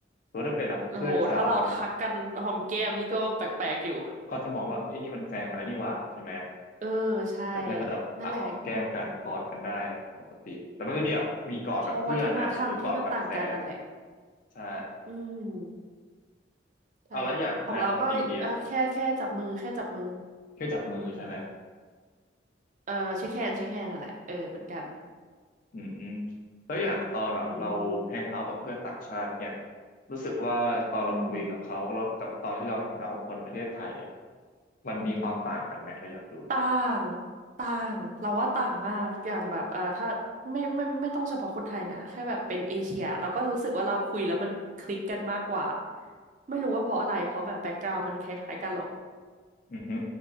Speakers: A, on the left (about 45°); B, on the right (about 40°).
A: แต่ว่าถ้าเป็นแบบเพื่อนชาว
B: โอ้โหถ้าเราทักกันหอมแก้มนี่ก็แปลกๆอยู่
A: ก็จะมองว่าไอ้ยนี่มันแฟนกันแล้วนี่หว่าใช่ไหม
B: เออใช่
A: แต่ที่นั่นก็จะอ่ะหอมแก้มกันกอดกันได้ปกติแต่ไม่ได้มีแบบมีกอดแบบเพื่อนอ่ะหรือกอดแบบแฟน
B: นั่นแหละพอวัฒนธรรมที่มันต่างกันนั่นแหละ
A: ใช่
B: อืมใช่ของเราก็อ่ะแค่แค่จับมือแค่จับมือ
A: เอาแล้วอย่างเนี่ยคนอินเดียแค่จับมือใช่ไหม
B: เออเช็คแฮนด์เช็คแฮนด์นั่นแหละเออเหมือนกัน
A: อืมอืมแล้วอย่างตอนแบบเราแฮงเอาท์กับเพื่อนต่างชาติเนี่ย
B: อืม
A: รู้สึกว่าตอนเราคุยกับเขาแล้วกับตอนที่เราแฮงเอาท์กับคนประเทศไทยอ่ะ
B: อืม
A: มันมีความต่างกันไหมเราอยากรู้
B: ต่างต่างเราว่าต่างมากอย่างแบบอ่าถ้าไม่ไม่ไม่ต้องเฉพาะคนไทยนะแค่แบบเป็นเอเชียเราก็รู้สึกว่าเราคุยแล้วมันคลิกกันมากกว่าไม่รู้ว่าเพราะอะไรเพราะแบบแบ็กกราว n d มันคล้ายๆกันเหรอ
A: อือฮึ